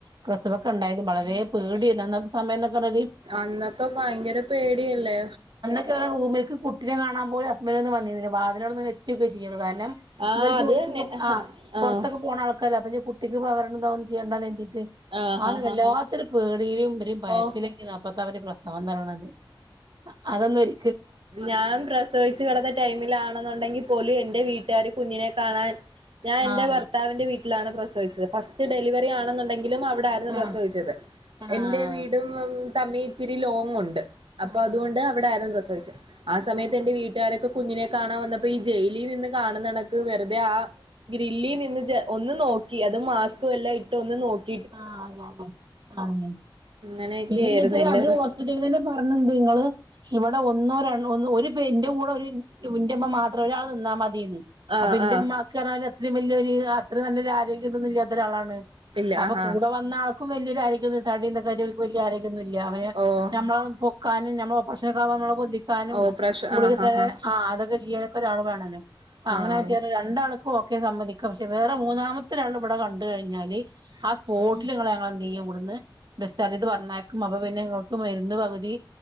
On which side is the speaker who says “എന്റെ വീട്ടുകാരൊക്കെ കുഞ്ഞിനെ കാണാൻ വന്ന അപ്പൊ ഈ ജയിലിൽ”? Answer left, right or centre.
Right